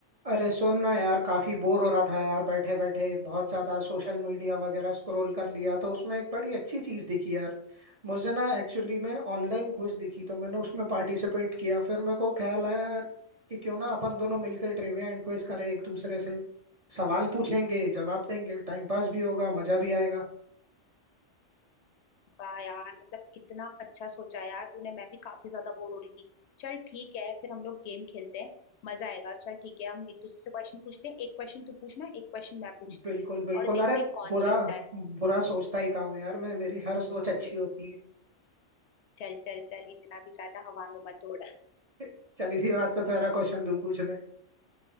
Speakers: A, on the right; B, on the left.
A: अरे सुन ना यार काफी बोर हो रहा था यार बैठे बैठे बहुत ज्यादा सोशल मीडिया वगैरह स्क्रॉल कर लिया तो उसमें एक बड़ी अच्छी चीज दिखी यार मुझे ना एक्चुअली में ऑनलाइन क्विज दिखी तो मैंने उसमें पार्टिसिपेट किया फिर मेरे को ख्याल आया यार कि क्यों ना अपन दोनों मिलकर ट्रिविया एंड क्विज करें एक दूसरे से सवाल पूछेंगे जवाब देंगे टाइम पास भी होगा मजा भी आएगा
B: वाह यार मतलब कितना अच्छा सोचा है यार तूने मैं भी काफी ज्यादा बोर हो रही थी चल ठीक है फिर हम लोग गेम खेलते हैं मजा आएगा चल ठीक है हम एक दूसरे से क्वेश्चन पूछते हैं एक क्वेश्चन तू पूछना एक क्वेश्चन मैं पूछती
A: बिल्कुल
B: हूँ
A: बिल्कुल
B: और देखते
A: अरे
B: हैं कौन
A: बुरा
B: जीतता है
A: बुरा सोचता ही कहाँ हूँ यार मैं मेरी हर सोच अच्छी होती है
B: चल चल चल इतना भी ज्यादा हवा में मत उड़
A: <laughs> चल इसी बात पे पहला क्वेश्चन तू पूछ ले